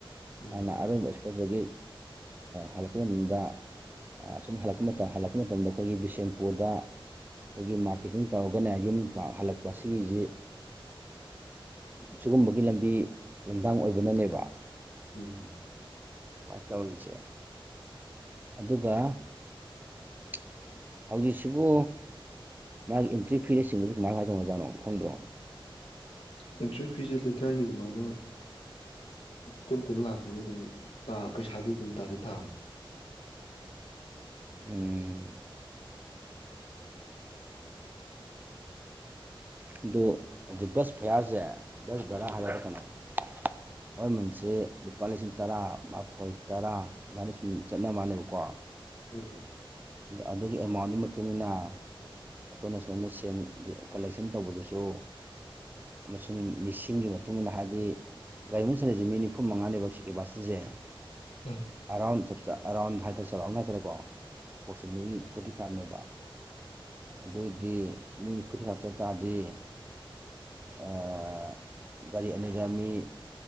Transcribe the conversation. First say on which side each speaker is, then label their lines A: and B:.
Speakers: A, on the left; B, on the right.
A: ꯎꯝ
B: ꯑꯅ ꯑꯣꯏꯕꯁꯣꯔꯗꯒꯤ ꯍꯜꯄꯅꯨꯡꯗ ꯑꯁꯨꯝꯅ ꯍꯜꯂꯛꯄ ꯃꯇꯝ ꯍꯜꯂꯛꯄ ꯃꯇꯝꯗ ꯑꯩꯈꯣꯏꯒꯤ ꯕꯤꯁꯦꯝꯄꯨꯔꯗ ꯑꯩꯈꯣꯏꯒꯤ ꯃꯥꯔꯀꯦꯇꯤꯡ ꯇꯧꯔꯒꯅꯦ ꯌꯨꯝ ꯍꯜꯂꯛꯄ ꯁꯤꯒꯤꯁꯤ ꯁꯤꯒꯨꯝꯕꯒꯤ ꯂꯝꯕꯤ ꯂꯝꯗꯥꯡ ꯑꯣꯏꯕꯅꯅꯦꯕ
A: ꯎꯝ
B: ꯀꯃꯥꯏꯅ ꯇꯧꯔꯤꯁꯦ ꯑꯗꯨꯒ <inaudible> ꯍꯧꯖꯤꯛꯁꯤꯕꯨ ꯃꯥꯒꯤ ꯑꯦꯟꯇ꯭ꯔꯤ ꯐꯤꯅꯆꯤꯡꯕꯁꯤ ꯀꯃꯥꯏ ꯀꯥꯏ ꯇꯧꯅꯖꯥꯠꯅꯣ ꯈꯪꯗ꯭ꯔꯣ
A: ꯑꯦꯟꯇ꯭ꯔꯤ ꯐꯤꯁꯦ ꯂꯩꯀꯥꯏꯒꯤ ꯑꯗꯨꯃꯥꯏꯅ ꯀꯨꯟ ꯀꯨꯟ ꯂꯥꯛꯄꯅꯤ ꯑꯗꯨꯝ ꯄꯩꯁꯥꯗꯤ ꯑꯗꯨꯝ ꯇꯥꯗꯤ ꯇꯥꯕꯅꯤ
B: ꯑꫭ ꯑꯗꯨ ꯑꯗꯨ ꯕꯁ ꯐꯤꯌꯥꯔꯁꯦ ꯕꯁ ꯕꯔꯥ
A: ꯎꯝ
B: ꯍꯥꯏꯂꯔ ꯀꯩꯅꯣ ꯑꯩꯈꯣꯏꯃꯟꯁꯦ ꯂꯨꯄꯥ ꯂꯤꯁꯤꯡ ꯇꯔꯥꯃꯊꯣꯏ ꯇꯔꯥ ꯑꯗꯨꯃꯥꯏꯅ ꯁꯨꯝ ꯆꯠꯅ ꯃꯥꯜꯂꯕꯀꯣ
A: ꯎꯝ
B: ꯑꯗꯨꯒꯤ ꯑꯦꯃꯥꯎꯟꯗꯨꯒꯤ ꯃꯇꯨꯡ ꯏꯟꯅ ꯑꯈꯣꯏꯅ ꯁꯣꯝꯗ ꯁꯦꯟ ꯗꯤ ꯀꯂꯦꯛꯁꯟ ꯇꯧꯕꯗꯨꯁꯨ ꯑꯃꯁꯨꯡ ꯃꯤꯁꯤꯡꯒꯤ ꯃꯇꯨꯡ ꯏꯟꯅ ꯍꯥꯏꯗꯤ ꯒꯥꯔꯤ ꯑꯃꯥꯅ ꯆꯟꯂꯤꯁꯦ ꯃꯤ ꯅꯤꯐꯨ ꯃꯉꯥꯅꯦꯕ ꯁꯤꯠ ꯀꯦꯄꯥꯁꯤꯇꯤꯁꯦ
A: ꯎꯝ
B: ꯑꯔꯥꯎꯟ ꯑꯔꯥꯎꯟ ꯍꯥꯏꯇꯥꯔꯦ ꯆꯧꯔꯥꯛꯅ ꯍꯥꯏꯇꯥꯔꯦꯀꯣ ꯄꯣꯁꯤꯃꯤꯂꯤꯇꯤ ꯐꯣꯔꯇꯤ ꯐꯥꯏꯕꯅꯦꯕ ꯑꯗꯨꯑꯣꯏꯗꯤ ꯃꯤ ꯐꯣꯔꯇꯤ ꯐꯥꯏꯕ ꯍꯥꯞꯆꯟ ꯇꯥꯔꯗꯤ ꯑꯥ ꯒꯥꯔꯤ ꯑꯅꯤꯗ ꯃꯤ